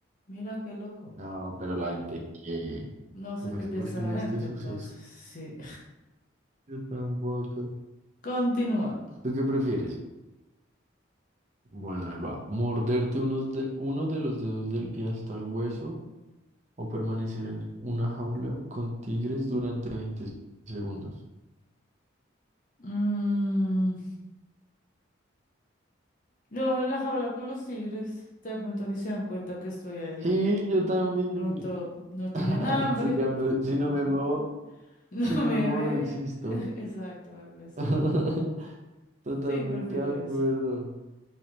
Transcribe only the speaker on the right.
No, pero la gente que...
¿Cómo
es
posible
este suceso?
Yo tampoco.
¿Tú qué prefieres? Bueno, ahí va. ¿Morderte unos de... uno de los dedos del pie hasta el hueso o permanecer en una jaula con tigres durante veinte segundos?
Sí, yo también.
<laughs>
Sí, cabrón, Si no me muevo...
Si no
me muevo,
no existo.
<laughs> Totalmente
de acuerdo.